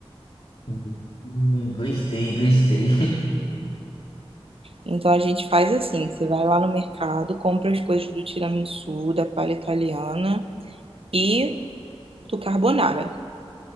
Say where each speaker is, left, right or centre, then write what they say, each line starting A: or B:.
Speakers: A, on the left; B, on the right.
A: Uhum. Hum, Gostei, gostei.
B: Então a gente faz assim, você vai lá no mercado, compra as coisas do tiramisu, da palha italiana e do carbonara.